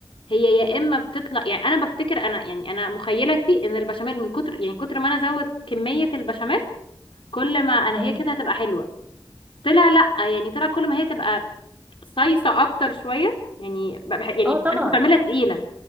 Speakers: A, on the left; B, on the right.
A: هي يا اما بتطلع يعني انا بفتكر انا يعني انا مخيلتي ان البشاميل من كتر يعني كتر ما انا ازود كميه البشاميل كل ما انا
B: تمام
A: هي كده هتبقى حلوه طلع لا يعني طلع كل ما هي تبقى صيصه اكتر شويه يعني بح- يعني
B: اه طبعا
A: انا كنت بعملها تقيله